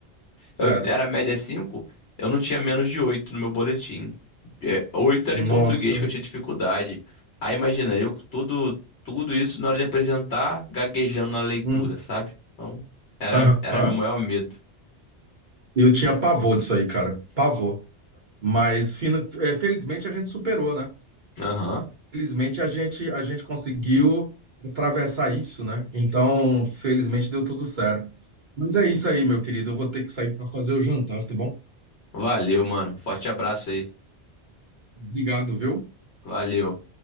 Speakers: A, on the right; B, on the left.
A: Certo.
B: eu era média 5 eu não tinha menos de 8 no meu boletim. É, 8 era
A: Nossa.
B: em português que eu tinha dificuldade. Aí imagina, eu com tudo, tudo isso na hora de apresentar, gaguejando na leitura,
A: Hum.
B: sabe? Então, era,
A: Aham.
B: era meu maior medo.
A: Eu tinha pavor disso aí, cara. Pavor. Mas fina- é, felizmente a gente superou, né?
B: Aham.
A: Felizmente a gente a gente conseguiu atravessar isso, né? Então, felizmente deu tudo certo. Mas é isso aí, meu querido. Eu vou ter que sair para fazer o jantar, tá bom?
B: Valeu, mano. Forte abraço aí.
A: Obrigado, viu?
B: Valeu.